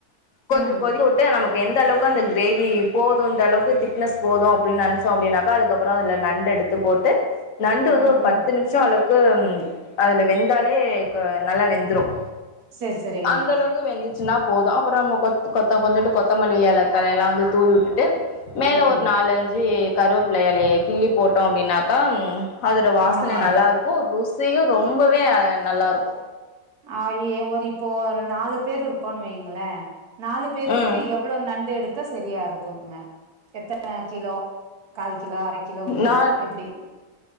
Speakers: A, on the left; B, on the right.
A: கொஞ்சொ
B: ம்
A: கொதிக்க வுட்டு நமக் கு எந்தளவுக் கு அந்த கிரேவி போது இந்தளவு க்கு திக்னஸ் போது அப்டின் நெனச்சோ அப்டின்னாக்கா அதுக்கப்றொ அதுல நண்டு எடுத்து போட்டு நண்டு வந்து
B: ம்
A: ஒரு பத்து
B: ம்
A: நிமிஷம் அளவு அதுல வெந்தாலே நல்லா வெந்துரும்
B: செரி செரிங்க
A: அந்த அளவுக்கு வெந்து ச்சனா போதும் அப்புறம் கொத்த கொஞ்சட்டு கொத்தமல்லி இல தல எல்லாம் வந்து தூவி விட்டுட்டு மேல
B: ம்
A: ஒரு நாலு அஞ்சு கருவேப்பிள்ளைையலைய கிள்ளி போட்டோம் அப்படின்னாக்கா அதோடய வாசனை
B: மனமா இருக்கு
A: நல்லாிருக்கும் ரூ செய்யும் ரொம்பவேஹ் நல்லா இருக்கும்
B: அஹ் ஒரு இப்போ ஒரு நாலு பேர் இருக்கோன்னு வைங்களே நாலு பேருக்கு
A: ம்
B: எவ்வளோ நண்டு எடுத்து சரியா இருக்குங்க எத்தனை கிலோ கால் கிலோ அரை கிலோ ஒரு கிலோ
A: நா
B: எப்படி